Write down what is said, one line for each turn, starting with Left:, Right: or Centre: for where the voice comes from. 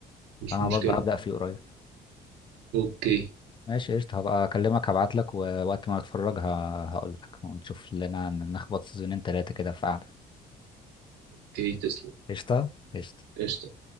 Right: مش
Left: انا
Right: مشكله
Left: برضه هبدأ فيه قريب
Right: اوكي
Left: ماشي قشطة هبقى اكلمك هبعت لك ووقت ما نتفرج هقول لك ونشوف لنا نخبط سيزونين تلاتة كده في قعدة
Right: اوكي تسلم
Left: قشطة قشطة
Right: قشطه